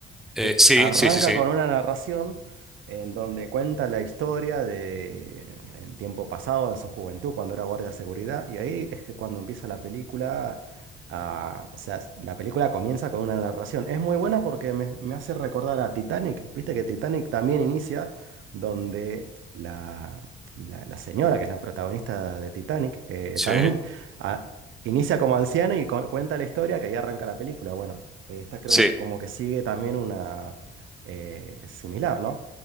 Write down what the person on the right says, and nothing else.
que
arranca
con una narración en donde cuenta la historia de en tiempo pasado, en su juventud, cuando era guardia de seguridad, y ahí es que cuando empieza la película, ah, o sea, la película comienza con una narración. Es muy buena porque me, me hace recordar a Titanic, viste que Titanic también inicia donde la, la, la señora, que es la protagonista de Titanic, eh,
también... ah, Inicia como anciana y cu- cuenta la historia que ahí arranca la película. Bueno, esta creo
como como que sigue también una eh, similar, ¿no?